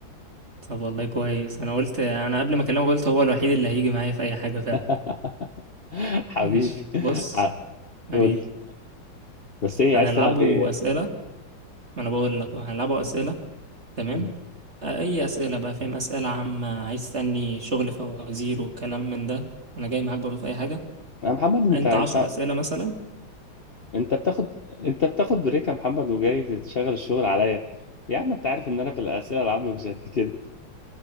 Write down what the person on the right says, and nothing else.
طب والله كويس أنا قلت أنا قبل ما أكلمك قلت هو الوحيد اللي هيجي معايا في أي حاجة فعلا
ماشي بص
حبيبي
هنلعبه
أسئلة ما أنا بقول لك أهو، هنلعبه أسئلة تمام
آه، اي اسئله بقى فاهم اسئله عامه عايز تسالني شغل فوازير والكلام من ده انا جاي معاك برضه في اي حاجه
انت
عشر اسئله مثلا